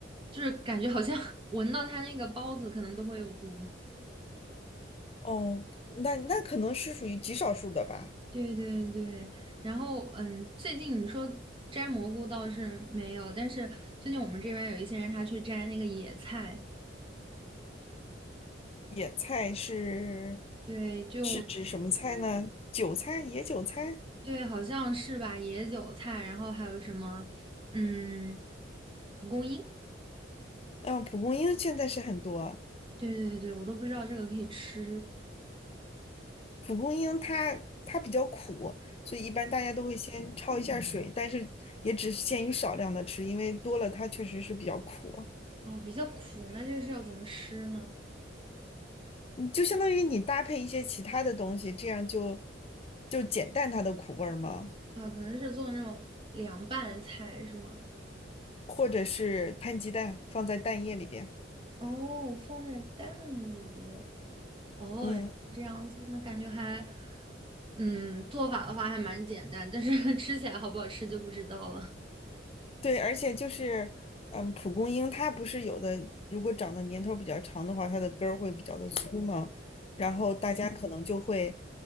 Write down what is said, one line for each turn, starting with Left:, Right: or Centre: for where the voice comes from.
Right: 就是感觉好像 <laughs> 闻到他那个包子可能都会有毒。
Left: <laughs> 哦，那那可能是属于极少数的吧。
Right: 对对对，然后嗯，最近你说摘蘑菇倒是没有，但是最近我们这边有一些人他去摘那个野菜，
Left: 野菜是
Right: 对，就。
Left: 是指什么菜呢？韭菜，野韭菜。
Right: 对，好像是吧，野韭菜，然后还有什么，嗯，蒲公英，
Left: 嗯，蒲公英现在是很多。
Right: 对对对，我都不知道这个可以吃
Left: 蒲公英它它比较苦，所以一般大家都会先焯一下水，但是也只限于少量的吃，因为多了它确实是比较苦。
Right: 啊，比较苦，那这个是要怎么吃呢？
Left: 你就相当于你搭配一些其他的东西，这样就就减淡它的苦味儿嘛，
Right: 啊，可能是做那种凉拌菜是吗？
Left: 或者是摊鸡蛋放在蛋液里边。
Right: 哦，放在蛋里，哦，
Left: 嗯。
Right: 原来是这样子，那感觉还，嗯，做法的话还蛮简单，但是 <laughs> 吃起来好不好吃就不知道了。
Left: 对，而且就是，嗯，蒲公英它不是有的，如果长的年头比较长的话，它的根儿会比较的粗嘛，然后大家可能就会，